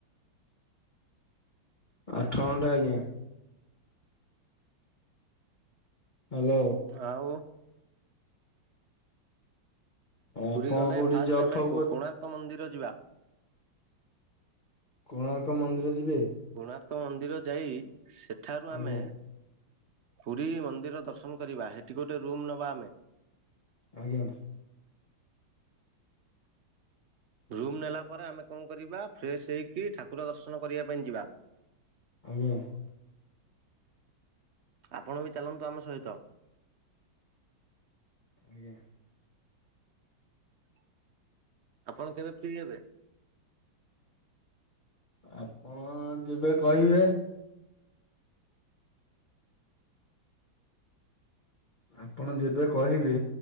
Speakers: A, on the left (about 25°); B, on the right (about 60°).
A: ଆଠ ଘଣ୍ଟା ଆଜ୍ଞା। ହ୍ୟାଲୋ।
B: ଆଉ ପୁରୀ
A: ଆପଣ
B: ଗଲେ
A: କୋଉଠି
B: ଫାଷ୍ଟ
A: ଜବ୍
B: ଆମେ
A: ଫବ୍
B: କୋଣାର୍କ
A: କର
B: ମନ୍ଦିର ଯିବା।
A: କୋଣାର୍କ ମନ୍ଦିର ଯିବେ।
B: କୋଣାର୍କ ମନ୍ଦିର ଯାଇ ସେଠାରୁ
A: ଆଜ୍ଞା
B: ଆମେ ପୁରୀ ମନ୍ଦିର ଦର୍ଶନ କରିବା ହେଠି ଗୋଟେ ରୁମ୍ ନବା ଆମେ।
A: ଆଜ୍ଞା।
B: ରୁମ୍ ନେଲା ପରେ ଆମେ କଣ କରିବା ଫ୍ରେଶ ହେଇକି ଠାକୁର ଦର୍ଶନ କରିବା ପାଇଁ ଯିବା।
A: ଆଜ୍ଞା।
B: ଆପଣ ବି ଚାଲନ୍ତୁ ଆମ ସହିତ।
A: ଆଜ୍ଞା।
B: ଆପଣ କେବେ ଫ୍ରି ହେବେ?
A: ଆପଣ ଯେବେ କହିବେ। ଆପଣ ଯେବେ କହିବେ